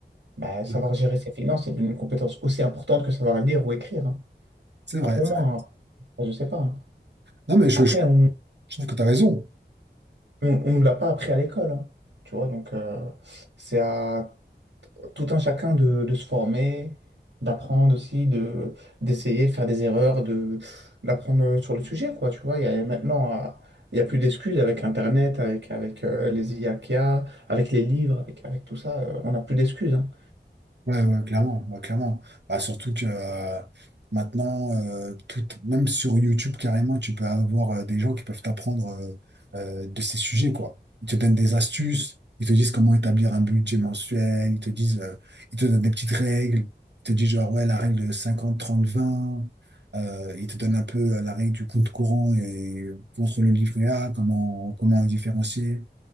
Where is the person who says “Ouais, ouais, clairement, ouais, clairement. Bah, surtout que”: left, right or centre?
Right